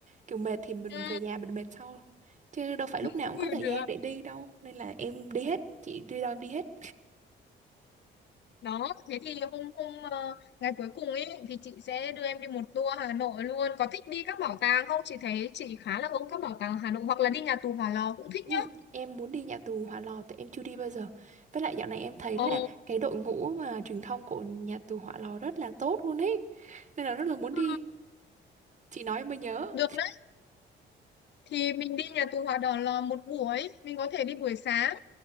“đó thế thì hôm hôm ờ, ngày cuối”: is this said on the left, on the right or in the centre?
Left